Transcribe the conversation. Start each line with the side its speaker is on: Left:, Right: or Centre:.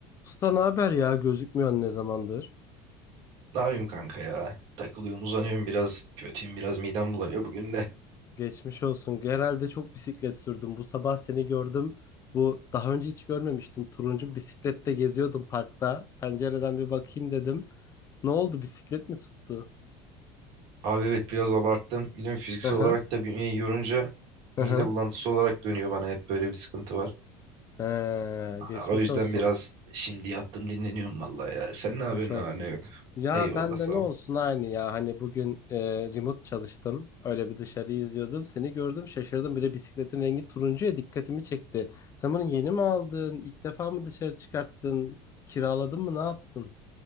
Left: Usta ne haber ya? Gözükmüyorsun ne zamandır?
Right: Ne yapayım kanka ya? Takılıyorum, uzanıyorum biraz. Kötüyüm biraz, midem bulanıyor bugün de.
Left: Geçmiş olsun. Herhalde çok bisiklet sürdüm. Bu sabah seni gördüm. Bu daha önce hiç görmemiştim. Turuncu bisiklette geziyordum parkta. Pencereden bir bakayım dedim. Ne oldu? Bisiklet mi tuttu?
Right: Abi evet biraz abarttım. Biliyorum fiziksel
Left: Hı hı.
Right: olarak da bünyeyi yorunca
Left: Hı
Right: mide
Left: hı.
Right: bulantısı olarak dönüyor bana hep böyle bir sıkıntı var.
Left: Ee,
Right: A-
Left: geçmiş
Right: O yüzden
Left: olsun.
Right: biraz şimdi yattım dinleniyorum vallahi ya. Sen
Left: Geçmiş
Right: ne yapıyorsun
Left: olsun.
Right: ne var ne yok?
Left: Ya
Right: Eyvallah
Left: ben
Right: sağ
Left: de ne
Right: ol.
Left: olsun aynı ya. Hani bugün e, remote çalıştım. Öyle bir dışarıyı izliyordum. Seni gördüm şaşırdım. Bir de bisikletin rengi turuncuya dikkatimi çekti. Sen bunu yeni mi aldın? İlk defa mı dışarı çıkarttın? Kiraladın mı? Ne yaptın?